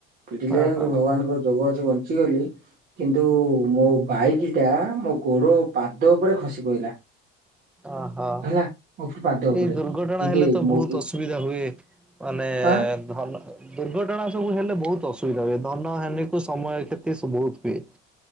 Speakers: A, on the right; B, in the centre.
A: ପିଟିଲେ
B: ଓହୋ
A: ଯେମତି ଭଗବାନଙ୍କ ଯୋଗ ଅଛି ବଞ୍ଚିଗଲି କିନ୍ତୁ ମୋ ବାଇକ ଟା ମୋ ଗୋଡ ପାଦ ଉପରେ ଖସି ପଡ଼ିଲା
B: ଓହୋ
A: ହେଲା। ମୋ ପାଦ ଉପରେ
B: ଏଇ ଦୁର୍ଘଟଣା
A: ଯେତେ
B: ହେଲେ ତ
A: ମୋ
B: ବହୁତ ଅସୁବିଧା ହୁଏ, ମାନେ
A: ଆଁ
B: ଧନ ଦୁର୍ଘଟଣା ସବୁ ହେଲେ ବହୁତ ଅସୁବିଧା ହୁଏ ଧନ ହାନୀ କ ସମୟ କ୍ଷତି ସବୁ ବହୁତ ହୁଏ।